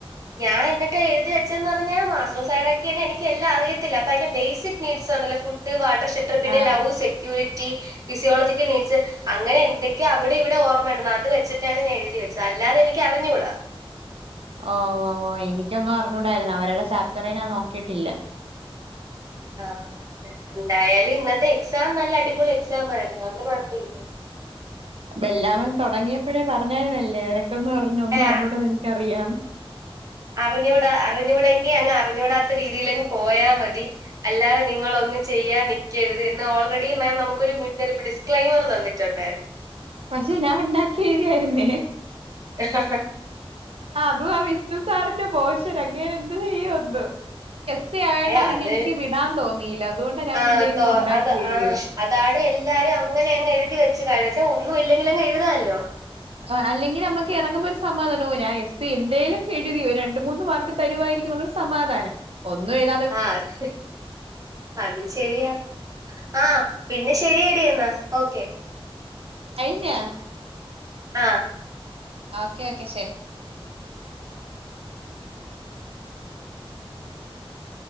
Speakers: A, on the right (about 35°); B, on the right (about 70°).
A: ഞാൻ എന്നിട്ട് എഴുതി വെച്ചെന്ന് പറഞ്ഞാ മാസ്റ്റേർസ് സയറാക്കിയാന് എനിക്ക് എല്ലാം അറിയത്തില്ല അപ്പ അതിന്റെ ബേസിക് നീഡ്സ് ആണല്ലോ ഫുഡ് വാട്ടർ ഷെൽട്ടർ പിന്നെ
B: ആഹ്
A: ലവ് സെക്യൂരിറ്റി ഫിസിയോളജിക്കൽ നീഡ്സ് അങ്ങനെ എന്തൊക്കെയ അവിടെ ഇവിടെ ഓർമ്മണ്ട് അത് വെച്ചിട്ടാണ് ഞാൻ എഴുതി വച്ചത് അല്ലാതെ എനിക്ക് അറിഞ്ഞുടാ
B: ഓവാ ഓവാ എനിക്കൊന്ന് അറിഞ്ഞൂടായിരുന്നു അവരുടെ ചാപ്റ്ററിന നാൻ നോക്കിയിട്ടില്ല
A: ആഹ് ഡയാലി എന്തായാലും ഇന്നത്തെ എക്സാം നല്ല അടിപൊളി എക്സാം ആയിരുന്നു അണ്ട് കുഴപ്പല്ല
B: ബെല്ലാമൻ തുടങ്ങിയപ്പോഴേ പറഞ്ഞാര്ന്നതല്ലേ നിനക്കൊന്നും അറിഞ്ഞൂടാ
A: ഏഹ്
B: ഒന്നുംഅറിഞ്ഞൂടാന്ന് എനിക്ക് അറിയാം
A: അറിഞ്ഞു അറിഞ്ഞുടങ്കി അങ്ങ് അറിഞ്ഞുടാത്ത രീതിയിലങ് പോയാ മതി അല്ലാതെ നിങ്ങള് ഒന്നും ചെയ്യാൻ നക്കരുത് എന്ന് ഓൾറെഡി മാം നമുക്കൊരു മുന്നറിപ്പ് ഡിസ്ക്ലൈമർ തന്നിട്ടുണ്ടായിരുന്നു <inaudible>
B: പക്ഷെ ഞാൻ ഉണ്ടാക്കി എഴുതിയായിരുന്നേ
A: എ സ <unintelligible>
B: ആ അതും ആ വിഷ്ണു സാറിന്റെ പോഷൻ അങ്ങേര് എന്ത് ചെയ്യ എന്തോ എസ്സെയ് ആയോണ്ട്
A: ഏഹ്
B: പിന്നെ
A: അത്
B: എനിക്ക് വിടാൻ തോന്നിയില്ല അതുകൊണ്ട് ഞാൻ
A: ആ
B: പിന്നെ ഇരുന്ന്
A: തോ
B: ഒണ്ടാക്കി
A: അത്
B: എഴുതിയത്
A: ആ അതാണ് എല്ലാരും അങ്ങനെ അങ്ങ് എഴുതി വെച്ചത് പക്ഷേ ഒന്നും ഇല്ലെങ്കിൽ അങ് എഴുതാമല്ലോ
B: ആഹ് അല്ലങ്കി നമക്ക് ഇറങ്ങുമ്പോ ഒരു സമാതാനം എസ് എന്തേലോക്ക എഴുതി രണ്ട് മൂന്ന് മാർക്ക് തരുവായിരിക്കുന്നുള്ളൊരു സമാധാന ഒന്നും എഴു
A: ആഹ് അത് അത് ശരിയാ ആഹ് പിന്ന ശരിയടി എന്നാ ഓക്കെ
B: കയിഞ്ഞാ
A: ആഹ്
B: ഓക്കെ ഓക്കെ ശെരി